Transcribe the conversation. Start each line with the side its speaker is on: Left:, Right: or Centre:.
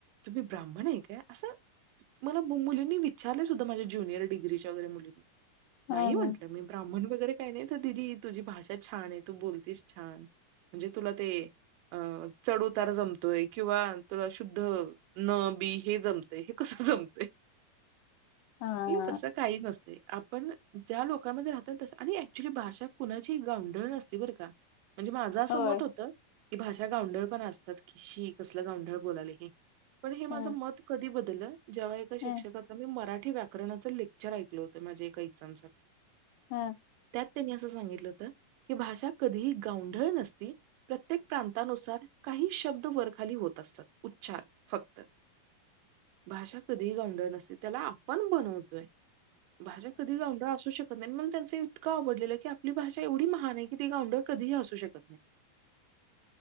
Right: तुम्ही ब्राह्मण आहे काय असं. मला मुलींनी विचारले सुद्धा माझ्या ज्यनियर डिग्रीच्या वगैरे मुलींनी नाही
Left: ह ह
Right: म्हटलं मी ब्राह्मण वगैरे काही नाही तर दिदी तुझी भाषा छान आहे तू बोलतीस छान. म्हणजे तुला ते अ चढउतार जमतोय किंवा तुला शुद्ध न बी हे जमतेय हे कस जमतय.
Left: ह
Right: तस काही नसतं आपण ज्या लोकांमध्ये राहतो तसं आणि एक्च्युली भाषा कुणाची गावंढळ नसती बरं का म्हणजे माझं असं
Left: होय
Right: मत होतं. की भाषा गावंढळ पण असतात किशी कसलं गांंवढळ बोलाले हे पण हे माझं
Left: ह
Right: मत. कधी बदल जेव्हा एका शिक्षकाचा
Left: ह ह
Right: मी मराठी व्या करण्याचं लेक्चर ऐकलं होतं माझ्या एका एक्झाम साठी.
Left: हा.
Right: त्यात त्यांनी असं सांगितलं होत की भाषा कधीही गावंढळ नसती. प्रत्येक प्रांतानुसार काही शब्द वरखाली होत असतात उच्चार. फक्त भाषा कधीही गाऊंडळ नसते त्याला आपण बनवतोय. भाषा कधी गावंढळ असू शकत नाही. मला त्यांच इतकं आवडलेलं की आपली भाषा एवढी महान आहे कि ती गावंढळ कधीही असू शकत नाही.